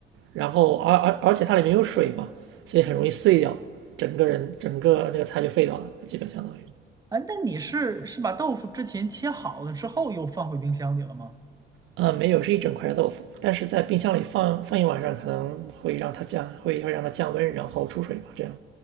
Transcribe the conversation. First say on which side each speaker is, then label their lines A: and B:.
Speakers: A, on the right; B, on the right.
A: 然后而而而且它里面有水嘛，所以很容易碎掉，整个人整个那个菜就废掉了，基本相当于。
B: 哎，那你是是把豆腐之前切好了之后又放回冰箱里了吗？
A: 呃，没有，是一整块的豆腐，但是在冰箱里放放一晚上，可能会让它降，会会让它降温，然后出水吧，这样。